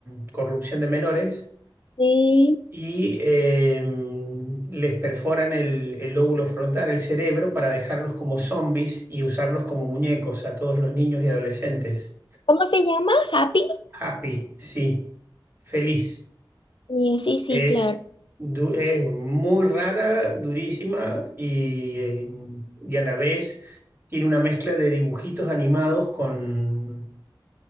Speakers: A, on the right; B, on the left.
A: mm, corrupción de menores
B: Sí.
A: y eh, les perforan el, el lóbulo frontal, el cerebro, para dejarlos como zombies y usarlos como muñecos a todos los niños y adolescentes.
B: ¿Cómo se llama? ¿Happy?
A: Happy, sí, feliz.
B: Sí, sí, sí,
A: Es,
B: claro.
A: du- es muy rara, durísima y, eh, y a la vez tiene una mezcla de dibujitos animados con,